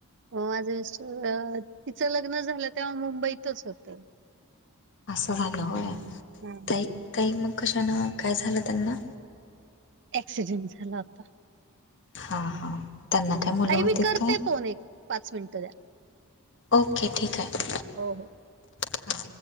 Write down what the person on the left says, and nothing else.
असं झालं होय.
ताई ताई मग कशान काय झालं त्यांना.
हा हा त्यांना काय मुलं
होतीत
काय.
ओके ठीक आहे.
हां.